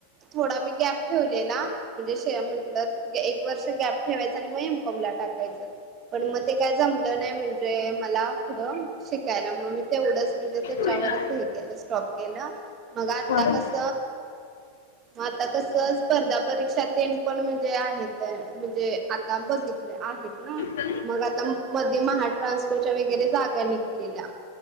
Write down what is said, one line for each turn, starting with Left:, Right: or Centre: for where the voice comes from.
Right: थोडा मी गॅप ठेवलेला म्हणजे शीये म्हंटलंत. एक वर्ष गॅप ठेवायचा आणि म एम. कॉम. ला टाक कायच पण मग ते काय जमल नाही म्हणजे मला पुढ शिकायला म तेवढच म्हणजे तेच्यावरच
Left: मिळणार
Right: हे केलं स्टॉप केलं. मग आता
Left: हा
Right: कस आता कस? स्पर्धा परीक्षा तेन पण म्हणजे आहेत म्हणजे आता ता बघितले आहेत ना,
Left: हा हा हा
Right: मग आता मध्ये महाट्रान्सपोटच्या वगैरे जागा निघलेल्या